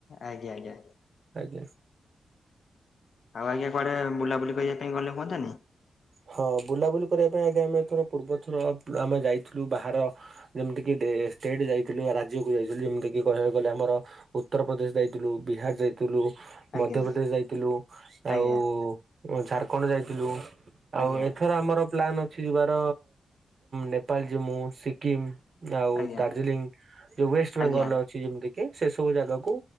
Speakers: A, on the left; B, on the right.
A: ଆଜ୍ଞା ଆଜ୍ଞା
B: ଆଜ୍ଞା।
A: ଆଉ ଆଜ୍ଞା କୁଆଡେ ବୁଲାୁ ବୁଲି କରିବା ପାଇଁ ଗଲେ ହୁଅନ୍ତାନି?
B: ହଁ ବୁଲାବୁଲି କରିବା ପାଇଁ ଆଗେ ଆମେ ଥର ପୂର୍ବ ଥର ଆମେ ଯାଇଥିଲୁ ବାହାର ଯେମିତି କିି ଷ୍ଟେଟ ଯାଇଥିଲୁ ବା ରାଜ୍ୟକୁ ଯାଇଥିଲୁ ଯେମିତି କିି କହିବାକୁ ଗଲେ ଆମର ଉତ୍ତରପ୍ରଦେଶ ଯାଇଥିଲୁ, ବିହାର ଯାଇଥିଲୁ, ଥିଲୁ।
A: ଆଜ୍ଞା
B: ମଧ୍ୟପ୍ରଦେଶ ଯାଇଥିଲୁ,
A: ଆଜ୍ଞା
B: ଆଉ ଝାରଖଣ୍ଡ ଯାଇଥିଲୁ, ଆଉ
A: ଆଜ୍ଞା
B: ଏଥର ଆମର ପ୍ଲାନ ଅଛି ଯିବାର ନେପାଳ ଯିମୁ, ସିକିମ୍ ଆଉ
A: ଆଜ୍ଞା
B: ଦାର୍ଜିଲିଂ ଯୋଉ ୱେଷ୍ଟ ବେଙ୍ଗଲ
A: ଆଜ୍ଞା
B: ଅଛି ଯେମିତି କି ସେ ସବୁ ଜାଗାକୁ